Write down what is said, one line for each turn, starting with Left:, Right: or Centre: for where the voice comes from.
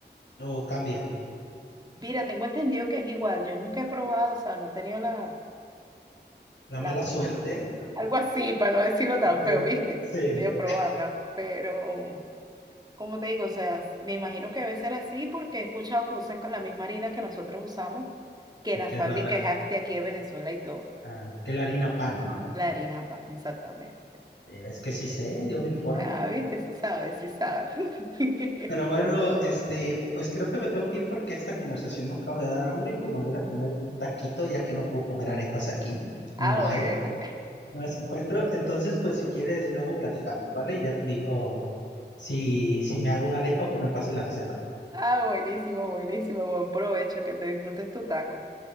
Left: o cambia.
Right: Mira, tengo entendido que es igual, yo nunca he probado, o sea, no he tenido la,
Left: La
Right: la
Left: mala suerte
Right: Algo así, para no decirlo tan
Left: de-
Right: feo, ¿viste?
Left: se-
Right: De probarla, pero como te digo, o sea, me imagino que debe ser así porque he escuchado que usan con la misma harina que nosotros usamos, que
Left: de
Right: la
Left: <laughs> que
Right: fábrica
Left: es la,
Right: es Acti aquí de Venezuela y todo.
Left: ah, que la harina pan, ¿no?
Right: La harina pan, exactamente.
Left: Eh, Es que sí sé, yo me informo.
Right: Ah, ¿viste? Sí sabes, sí sabes. <laughs>
Left: Pero bueno, este, pues creo que me tengo que ir porque esta conversación me acaba de dar hambre y pues me voy a ir a comer un taquito ya que no puedo comer arepas aquí.
Right: Ah,
Left: No hay,
Right: bueno.
Left: no las encuentro. Entonces, pues si quieres, luego platicamos, ¿vale? Y ya te digo si, si me hago una arepa o que me pase la receta.
Right: Ah, buenísimo, buenísimo. Buen provecho, que te disfrutes tu taco.